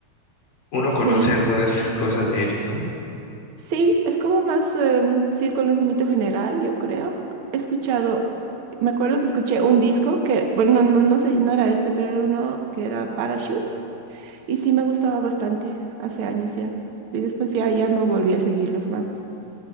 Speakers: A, on the left; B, on the right.
A: uno conoce
B: Sí,
A: algunas cosas de ellos, ¿no?
B: sí, es como más em, sí, conocimiento general, yo creo. He escuchado, me acuerdo que escuché un disco que, bueno, no, no sé, no era este, pero era uno que era Parachutes. Y sí me gustaba bastante hace años ya. Y después ya, ya no volví a seguirlos más.